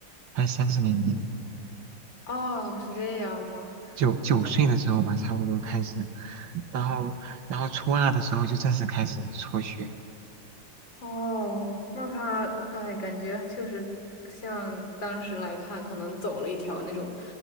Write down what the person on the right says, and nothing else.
还是三四年级，
九九岁的时候吧，
差不多开始，然后然后初二的时候就正式开始辍学，